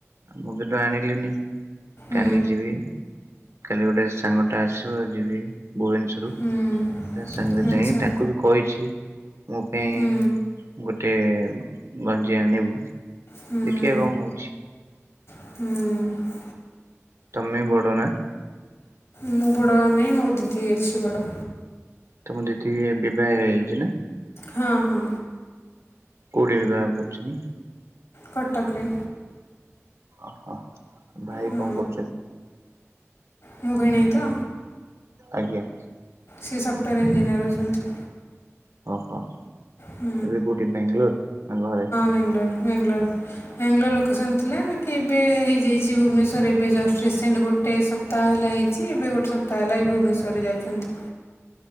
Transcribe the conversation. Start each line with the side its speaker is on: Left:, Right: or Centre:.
Right: ମୁଁ ବି ତୁ ଆଣିଲିନି କାଲି
Left: ହୁଁ
Right: ଯିବି। କାଲି ଗୋଟେ ସାଙ୍ଗ ଟା ଆସିବ ଯିବି ଭୁବନେଶ୍ଵର
Left: ହୁଁ
Right: ତା ସାଙ୍ଗରେ
Left: ଆଚ୍ଛା
Right: ଯାଇ ତାକୁ କହିଛି ମୋ ପାଇଁ
Left: ହୁଁ
Right: ଗୋଟେ ଗଞ୍ଜି ଆଣିବୁ।
Left: ହୁଁ
Right: ଦେଖିବା କଣ ହଉଛି।
Left: ହୁଁ
Right: ତମେ ବଡ଼ନା?
Left: ମୁଁ ବଡ଼ ନାହିଁ ମୋ ଦିଦି ଅଛି ବଡ଼।
Right: ତମ ଦିଦି ବିବାହ ହେଇଯାଇଛି ନା?
Left: ହଁ ହଁ।
Right: କଉଠି ବିବାହ କରୁଛିନି?
Left: କଟକରେ।
Right: ଓହୋ ଭାଇ
Left: ହଁ
Right: କଣ କରୁଛନ୍ତି?
Left: ମୋ ଭିଣୀ ତ।
Right: ଆଜ୍ଞା।
Left: ସି ସଫ୍ଟେୟାର୍ ଇଞ୍ଜିନିୟର ଅଛନ୍ତି।
Right: ଓହୋ
Left: ହଁ
Right: ଏବେ କେଉଠି ବାଙ୍ଗାଲୋର ନା ଘରେ।
Left: ବେଂଲୋର୍ ବେଂଲୋର ବାଙ୍ଗଲୋର ଲୋକେସନ୍ ଥିଲା କି ଏବେ ହେଯାଇ ଚି ଭୁବନେଶ୍ୱର ଏବେ ଜଷ୍ଟ ରସେଣ୍ଟ ଗୋଟେ ସପ୍ତାହ ହେଲା ହେଇଛି ଏବେ ଗୋଟେ ତାହେଲା ହିଁ ଭୁବନେଶ୍ୱରରେ ଯାଉଛନ୍ତି।